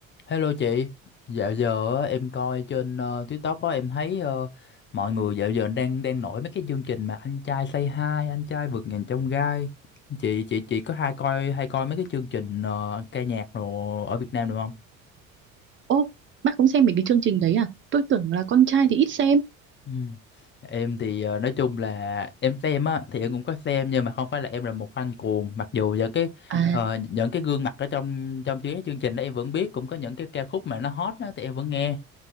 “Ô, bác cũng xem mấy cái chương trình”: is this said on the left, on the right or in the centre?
Right